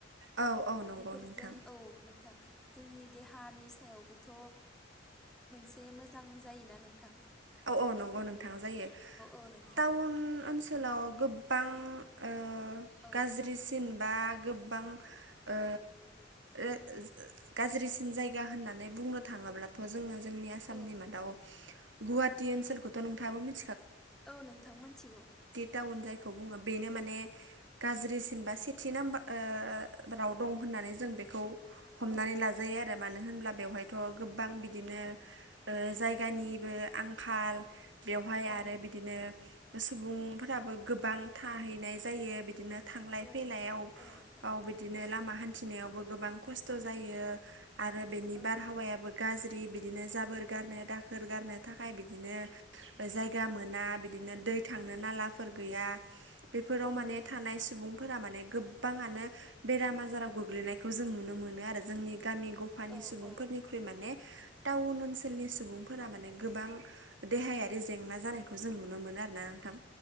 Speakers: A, on the right; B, in the centre.
A: औ औ नंगौ
B: बेफोरजों
A: नोंथां
B: औ नोंथां। जोंनि देहानि सायावबोथ' मोनसे मोजां जायोना नोंथां।
A: औ-औ नंगौ नोंथां जायो
B: औ नोंथां
A: टाउन ओनसोल ओनसोलाव गोबां ओ
B: औ
A: गाज्रिसिन बा गोबां ओ ओ गाज्रिसिन जायगा होननानै बुंनो थाङोब्लाथ' जोङो जों आसामनि
B: औ
A: मदाव गुहाति ओनसोलखौथ' नोंथाङाबो मिल
B: औ नोंथां मोनथिगौ
A: औ जायखौ बुङो बेनो माने गाज्रिसिन बा सेथि नाम्बाराव दं -नानै जों बेखौ हमनानै
B: औ
A: लाजायो आरो मानो होनब्ला बेवहायथ' गोबां बिदिनो ओ जायगानिबो आंखाल बेवहाय आरो
B: औ
A: बिदिनो सुबुंफोराबो गोबां थाहैनाय जायो बिदिनो थांलाय
B: औ
A: फैलायाव
B: औ नोंथां
A: बिदिनो लामा हान्थिनायावबो गोबां खस्थ' जायो आरो बेनि
B: औ
A: बारहावायाबो गाज्रि बिदिनो जाबोर गारनो दाखोर गारनो थाखाय बिदिनो जायगा मोना बिदिनो दै थांनो नालाफोर गैया बेफोराव
B: औ
A: माने
B: नोंथां
A: थानाय सुबुं -फोरा माने गोबाङानो बेराम आजाराव गोग्लैनायखौ जों नुनो मोनो आरो जोंनि गामि गफानि
B: औ
A: सुबुंफोरनिख्रुइ
B: औ
A: माने टाउन ओनसोलनि सुबुंफोरा माने गोबां देहायारि जेंना जानायखौ जों नुनो मोनो आरोना नोंथां